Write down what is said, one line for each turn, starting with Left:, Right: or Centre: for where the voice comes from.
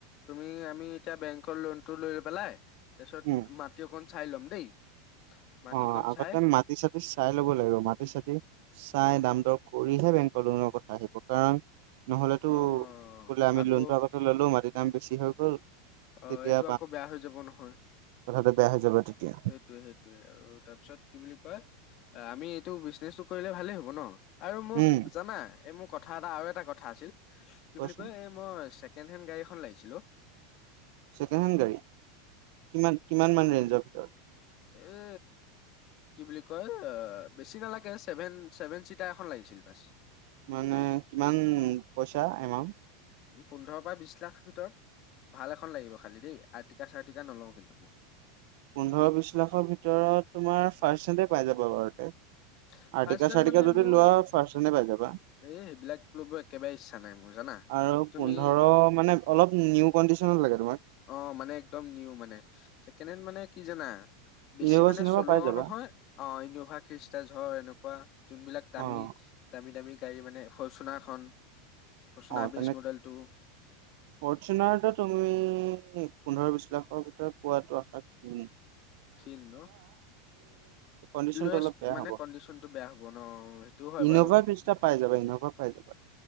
Left: তুমি আমি এতিয়া বেংকৰ লোনটো লৈ পেলাই তাৰপিছত
Right: উম
Left: মাটি অকণ চাই ল'ম দেই। মাটিকণ
Right: অ', আগতে
Left: চাই
Right: মাটি চাটি চাই ল'ব লাগিব মাটি চাটি চাই দাম দৰ কৰিহে বেংকৰ লোনৰ কথা আহিব, কাৰণ নহলেতো
Left: অ'
Right: বোলে আমি
Left: আকৌ
Right: লোনটো আগতে ললো মাটিৰ দাম বেছি হৈ গ'ল।
Left: অ',
Right: তেতিয়া
Left: এইটো আকৌ বেয়া হৈ যাব নহয়,
Right: কথাটো বেয়া হৈ যাব তেতিয়া
Left: সেইটোয়ে সেইটো আৰু তাৰপিছত কি বুলি কয় আমি এইটো বিজনেছটো কৰিলে ভালেই হ'ব ন? আৰু মোক
Right: উম,
Left: জানা, এই মোৰ কথা এটা আৰু এটা কথা আছিল, কি
Right: কোৱাচোন
Left: বুলি কয় এই মই চে ছেকেণ্ড হেণ্ড গাড়ীখন লাগিছিলে অ,
Right: ছেকেণ্ড হেণ্ড গাড়ী, কিমান কিমান মান ৰেঞ্জৰ ভিতৰত।
Left: এ কি বুলি কয় বেছি আহ নালাগে ছেভেন-ছেভেন চিটাৰ এখন লাগিছিল বাছ।
Right: মানে, কিমান পইচা এমাউণ্ট
Left: পোন্ধৰ পৰা বিশ লাখ ভিতৰত। ভাল এখন লাগিব খালি দেই আৰ্টিকা চাৰটিকা নলওঁ কিন্তু মই
Right: পোন্ধৰ বিশ লাখৰ ভিতৰত তোমাৰ ফাৰ্ষ্ট হেণ্ড এ পাই যাবা বাৰু
Left: <unintelligible>
Right: আৰটিকা
Left: হেণ্ড
Right: চাৰটিকা
Left: মানে
Right: যদি
Left: মোৰ
Right: লোৱা ফাৰ্ষ্ট হেণ্ড এ পাই যাবা
Left: এই সেইবিলাক ল'ব একেবাৰে ইচ্ছা নাই মোৰ জানা
Right: আৰু
Left: তুমি
Right: পোন্ধৰ মানে অলপ নিউ কণ্ডিচনত খন লাগে তোমাক
Left: অ মানে একদম নিউ মানে ছেকেণ্ড হেণ্ড মানে কি জানা বেছি
Right: ইন'ভা
Left: মানে
Right: চিন'ভা
Left: চলোৱাও
Right: পাই যাবা
Left: নহয় অ ইনৌভা ফ্ৰিচ্ ধৰ এনেকুৱা যোনবিলাক দামী
Right: অ'।
Left: দামী দামী গাড়ী মানে ফৰ্চুনাৰখন ফৰ্চুনাৰ
Right: অ তেনে
Left: বেছ মডেল টো
Right: ফৰ্চুনাৰটো তুমি পোন্ধৰ বিশ লাখৰ ভিতৰত পোৱাটো আশা খিন
Left: <inaudible> খিন ন
Right: কণ্ডিশনটো
Left: লৈচ্
Right: অলপ বেয়া
Left: মানে
Right: হ'ব
Left: কণ্ডিচনতটো বেয়া হ'ব ন সেইটো হয়
Right: ইন'ভা
Left: বাৰু
Right: খ্ৰীষ্টা পাই যাবা ইন'ভা পাই যাবা